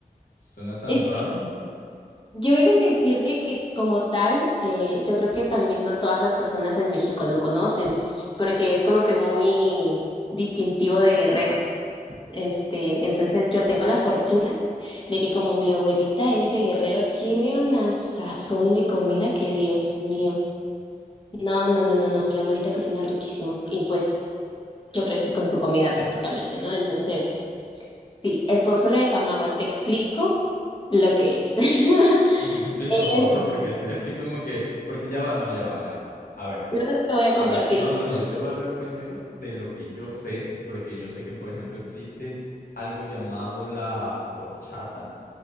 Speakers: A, on the left (about 70°); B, on the left (about 35°).
A: Suena tan
B: Eh,
A: raro.
B: Yo he de decirte que como tal, eh, yo creo que también no todas las personas en México lo conocen, porque es como que muy distintivo de Guerrero. Este, entonces yo tengo la fortuna de que como mi abuelita es de Guerrero, tiene una sazón de comida que Dios mío. No, no, no, no, no, mi abuelita cocina riquísimo y pues yo crecí con su comida prácticamente, ¿no? Entonces, sí, el pozole de Camagua, te explico lo que es. <laughs>
A: Ujú, Sí, por
B: Es-
A: favor, porque estoy así como que. Porque ya va, no, ya va, ya va. A ver,
B: luego te voy a
A: a
B: compartir
A: ver. No,
B: una
A: no, yo
B: foto.
A: te voy a hablar primero de lo que yo sé, porque yo sé que, por ejemplo, existe algo llamado la horchata,